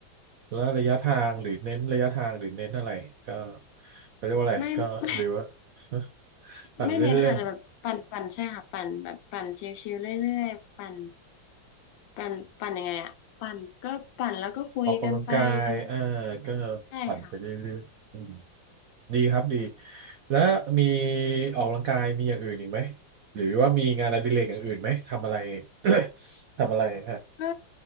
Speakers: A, on the right; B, on the left.
A: แล้วระยะทางหรือเน้นระยะทางหรือเน้นอะไรก็จะเรียกว่าอะไรก็หรือว่า
B: ไม่ไม่
A: <laughs> ปั่นเล่น
B: ไม่เน้นค่ะแต่แบบปั่นปั่นใช่ค่ะปั่นแบบปั่นชิลๆเรื่อยๆปั่นปั่นปั่นยังไงอะปั่นก็ปั่นแล้วก็คุยกันไปดู
A: ๆออกกำลังกายเออก็
B: ใช่ค่ะ
A: ปั่นไปเรื่อยๆอืมดีครับดีแล้วมีออกกำลังกายมีอย่างอื่นอีกไหมหรือว่ามีงานอดิเรกอย่างอื่นไหมทำอะไร <coughs> ทำอะไรฮะ
B: ก็